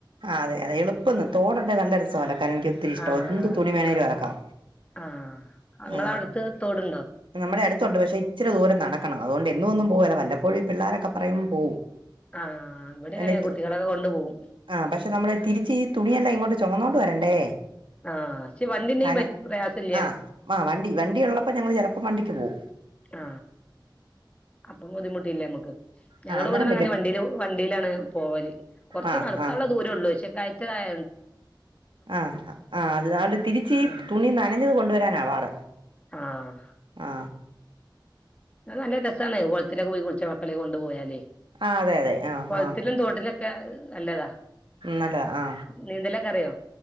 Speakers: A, on the right (about 80°); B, on the left (about 15°).
A: ആ അതെ അതെ എളുപ്പന്ന് തോടണ്ട നല്ലൊരു ാൻ എനിക്ക് ഒത്തിരി ഇഷ്ട
B: ആഹ്
A: എന്ത് തുണി വേണെങ്കിലും
B: ആഹ്
A: അലക്കാം
B: ആഹ് ഇങ്ങളെ
A: ആ.
B: അവിടുത്ത് തോടുണ്ടോ
A: നമ്മുടെ അടുത്തുണ്ട് പക്ഷെ ഇച്ചിരി ദൂരം നടക്കണം അതുകൊണ്ട് എന്നു ഒന്നും പോവൂല്ല വല്ലപ്പോഴും പിള്ളാരൊക്കെ പറയുമ്പോ പോവും.
B: ആഹ് ഇവിടെ അങ്ങനെ
A: അ
B: കുട്ടികളൊക്കെ കൊണ്ടുപോകും
A: ആ പക്ഷെ നമ്മള് തിരിച്ച തുണിയല്ല ഇങ്ങോട്ട് ചുമന്നുകോണ്ട് വരണ്ടേ.
B: ആഹ് പക്ഷെ വണ്ടിണ്ടെങ്കി
A: കന
B: പറ്റ് പ്രയാസല്ല
A: ആ ആ വണ്ടി വണ്ടി ഉള്ളപ്പോ ഞങ്ങൾ ചില ണ്ടക്ക് പോകും.
B: ആ. അപ്പം ബുദ്ധിമുട്ടില്ല നമ്മുക്ക് ഞങ്ങള്
A: ആ അന്നേരം
B: ഇവിടന്ന്
A: പറ്റും
B: അങ്ങനെ വണ്ടി വണ്ടിയിലാണ് പോവല് കൊറച്ച്
A: ആ
B: നടക്കാനുള്ള
A: ആ
B: ദൂരമുള്ളൂ പക്ഷെ കയറ്റതായ
A: ആ ആ അത് അത് തിരിച്ച്
B: ആഹ്
A: തുണി നനഞ്ഞത് കൊണ്ടുവരാനാ പാട്.
B: ആഹ്
A: ആ.
B: അ നല്ല രസമാണ് കുളത്തിലൊക്കെ പോയി കുളിച്ച മക്കളെ കൊണ്ട് പോയാലേ.
A: ആ അതെ അതെ ആ
B: കുളത്തിലും
A: ആ
B: തോട്ടിലും അല്ലാതാ
A: നല്ലതാ ആ
B: നീന്തലൊക്കെ അറിയോ